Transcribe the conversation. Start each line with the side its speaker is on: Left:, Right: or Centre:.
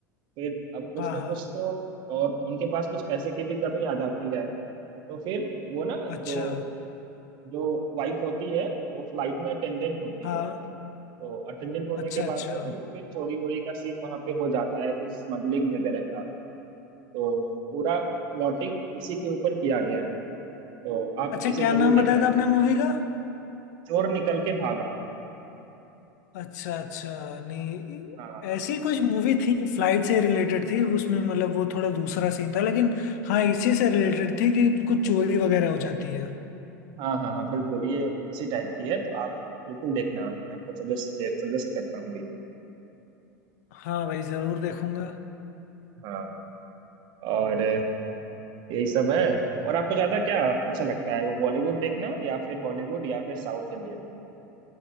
Right: फिर अब कुछ
Left: हाँ
Right: ना कुछ
Left: हाँ
Right: तो और उनके पास कुछ पैसे की भी कमी आ जाती है तो फिर वो ना
Left: अच्छा
Right: जो जो वाइफ होती है वो फ्लाइट में अटेंडेंट होती
Left: हाँ
Right: है तो अटेंडेंट होने
Left: अच्छा
Right: के बाद
Left: अच्छा
Right: से ना वो फिर चोरी वोरी का सीन वहां पे हो जाता है कुछ स्मगलिंग वगैरह का तो पूरा प्लॉटिंग इसी के ऊपर किया गया है तो आप
Left: अच्छा
Right: इसे
Left: क्या
Right: जरूर
Left: नाम
Right: देखना
Left: बताया था आपने मूवी का
Right: चोर निकल के भागा
Left: अच्छा अच्छा नहीं
Right: हाँ
Left: ऐसी कुछ मूवी थी फ्लाइट से रिलेटेड थी उसमें मतलब वो थोड़ा दूसरा सीन था लेकिन हाँ इसी से रिलेटेड थी कि कुछ चोरी वगैरह हो जाती है
Right: हाँ हाँ हाँ बिल्कुल ये उसी टाइप की है तो आप बिल्कुल देखना मैं आपको सजेस्ट सजेस्ट करता हूँ ये
Left: हाँ भाई जरूर देखूंगा
Right: हाँ और यही सब है और आपको ज्यादा क्या अच्छा लगता है वो बॉलीवुड देखना या फिर हॉलीवुड या फिर साउथ इंडियन